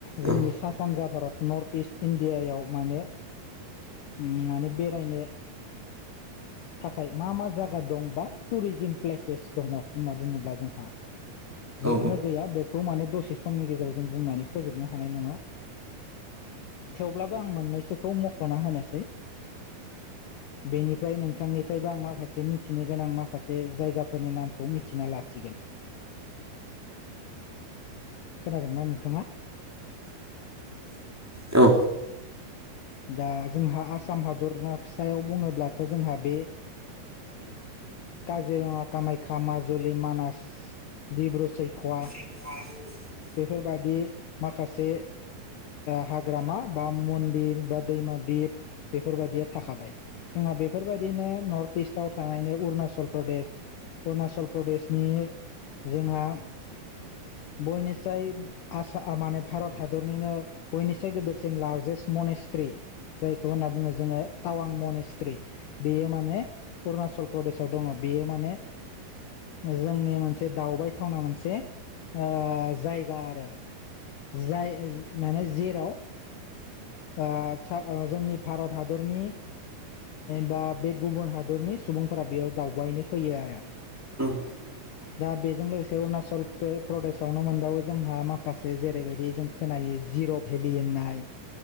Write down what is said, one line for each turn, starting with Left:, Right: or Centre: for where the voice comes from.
Left: जोंनि
Centre: औ
Left: सा सानजा भारत नर्थ इस्ट इण्डियायाव माने ओम माने बेरायनो थाखाय मा मा जायगा दं बा टुरिजिम प्लेसेस दङ होनना बुङोब्ला जोंहा
Centre: औ
Left: जोबनो गैया बेखौ माने दसे समनि गेजेराव जों बुंनानै फोजोबनो हानाय नङा। थेवब्लाबो आं मोननैसोखौ मख'ना होनोसै बेनिफ्राय नोंथां थांनिफ्रायबो आं माखासे मिथिनो गोनां माखासे जायगाफोरनि नामखौ मिथिना लासिगोन खोनादों ना नोंथाङा
Centre: औ
Left: दा जोंहा आसाम हादरसायाव बुङोब्लाथ' जोंहा बे काजिरङा कामाख्या माजुलि मानास डिब्रु सैखवा
Centre: खौ
Left: बेफोरबायादि माखासे हाग्रामा बा मन्दिर बा दैमा दिप बेफोरबायदिया थाखाबाय जोंहा बेफोरबायदिनो नर्थ इस्टव थानायनो अरुणाचल प्रदेश अरुणाचल प्रदेशनि जोंहा बयनिस्राय आ माने भारत हादरनिनो बयनिसाय गदेरसिन लार्जेस्ट मनेस्ट्रि जायखौ होनना बुङो जोङो टावां मनेस्ट्रि। बेयो माने अरुणाचल प्रदेशाव दङ बेयो माने जोंनि मोनसे दावबायथावना मोनसे ओ जायगा आरो। जाय माने जेराव ओ जोंनि भारत हादरनि बा बे गुबुन हादरनि सुबुंफोरा बेयाव दावबायनो फैयो आरो।
Centre: <inaudible> <unintelligible>
Left: दा बेजों लोगोसे अरुणाचल प्रदेशआवनो मोनबाबो जोंहा माखासे जेरैबायदि जों खोनायो जिर' भेलि होननाय